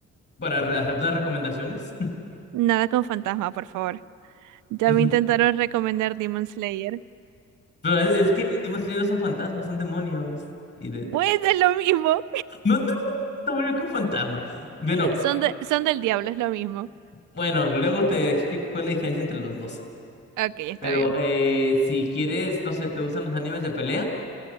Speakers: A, on the left; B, on the right.
A: para re- hacerte unas recomendaciones?
B: Nada con fantasma, por favor. Ya
A: <laughs>
B: me intentaron recomendar Demon Slayer.
A: Pero es, es que Demon Slayer no son fantasmas, son demonios. Y de...
B: Bueno, <laughs> es lo mismo.
A: No, no es un demonio que un fantasma. Bueno,
B: <laughs> Son de- son del diablo, es lo mismo.
A: bueno, luego te explico cuál es la diferencia entre los dos.
B: Ok, está
A: Pero
B: bien.
A: eh, si quieres, no sé, ¿te gustan los animes de pelea?